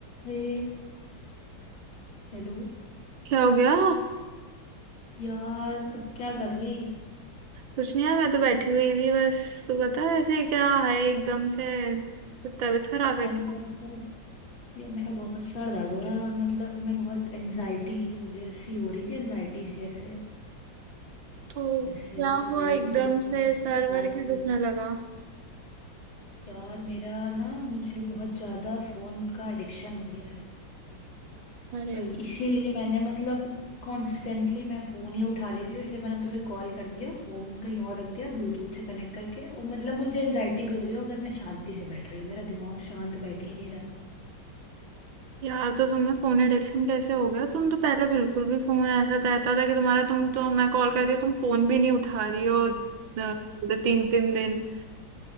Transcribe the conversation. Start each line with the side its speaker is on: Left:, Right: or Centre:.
Left: हे Hello
Right: क्या हो गया
Left: यार क्या कर रही
Right: कुछ नहीं है मैं तो बैठी हुई थी बस तू बता ऐसे क्या है एकदम से कुछ तबीयत खराब है
Left: यार
Right: क्या
Left: मेरा बहुत यार मेरा बहुत सर दर्द हो रहा है और मतलब मैं बहुत एनजाइटी मुझे सी हो रही थी एनजाइटी सी ऐसे
Right: तो
Left: ऐसे
Right: क्या
Left: तो
Right: हुआ
Left: भी
Right: एकदम
Left: मुझे लगा
Right: से
Left: किसी
Right: सर्वर
Left: से बात
Right: क्यों
Left: करूं।
Right: दुखने लगा
Left: यार मेरा ना मुझे बहुत ज्यादा फोन का एडिक्शन हो गया है
Right: अरे
Left: तो इसीलिए मैंने मतलब कॉन्स्टेंटली मैं फोन ही उठा ले रही हूँ इसलिए मैंने तुम्हें कॉल कर दिया फोन कहीं और रख दिया ब्लूटूथ से कनेक्ट करके और मतलब मुझे एनजाइटी भी हो रही हो अगर मैं शांति से बैठ रही हूँ मेरा दिमाग शांत बैठ ही नहीं रहा
Right: यार तो तुम्हें फोन एडिक्शन कैसे हो गया तुम तो पहले बिल्कुल भी फोन ऐसा रहता था कि तुम्हारा तुम तो मैं कॉल कर रही हूँ तुम फोन भी नहीं उठा रही हो अ, पूरे तीन तीन दिन